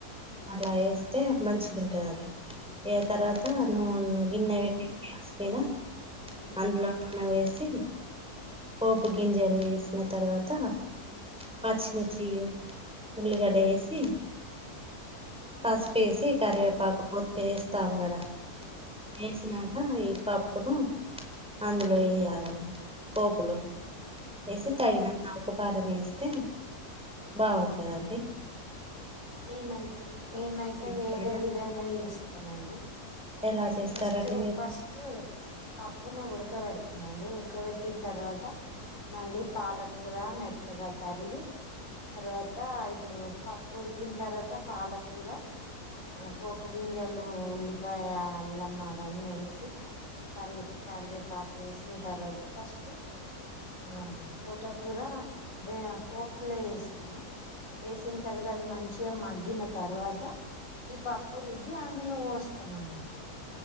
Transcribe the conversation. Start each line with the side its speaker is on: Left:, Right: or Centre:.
Centre: అట్లా వేస్తే మంచిగా ఉంటదని ఏ తర్వాత నూనె గిన్నె పెట్టి గ్యాస్ మీద
Left: ఉమ్
Centre: అందులో నూనె వేసి పోపు గింజలు వేసిన తర్వాత పచ్మిచి ఉలిగాడ ఏసి బస్ పేసి కారవే పాకు పొత్ మీరస్త తమగ వేసినాక ఈ పప్పును అందులో వేయాలండి పోపులు
Left: ఉమ్ ఉమ్
Centre: ఎస తగనా ఆపకారం వేస్తే బాగుంటందండి
Left: మేమైతే మేమైతే వేరే
Centre: కూరలా
Left: విధంగా ఇస్తామ అండి
Centre: ఎలా చేస్తారండి
Left: ఫస్ట్
Centre: మీరు
Left: ఫస్ట్ పప్పును కొడుక పెడితే మండి ఉడకబెట్టిన తర్వాత మళ్ళీ పాలకూర మెత్తగా తరిగి తర్వాత ఇప్పుడు పప్పు ఉొడికిన తర్వాత పాలకూర ఆ పోపు గింజలు ఉల్లిపాయ ల అవన్నీ వేసి క కరివేపాకు వేసిన తర్వాత ఫస్ట్ ఆ తోటకూర వే పోపులే ఇేస్తాము వేసిన తర్వాత అది మంచిగా మగ్గిన తర్వాత ఈ పప్పు వుద్దిి అధలో వస్తాం అన్నట్టు